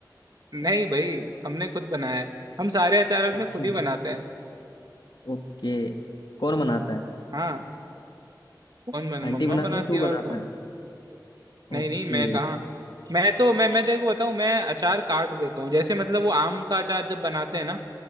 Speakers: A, on the right (about 60°); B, on the left (about 75°).
A: नहीं भाई हमने खुद बनाया है हम सारे अचार अपने
B: अच्छा
A: खुद ही बनाते हैं
B: ओके कौन बनाता है
A: हाँ कौन बन,
B: आंटी
A: मम्मा
B: बनाती
A: बनाती
B: है तू बनाता
A: है और कौन
B: है
A: नहीं
B: ओके
A: नहीं मैं कहाँ मैं तो मैं मैं तेरे को बताऊं मैं अचार काट देता हूँ जैसे मतलब वो आम का अचार जब बनाते हैं ना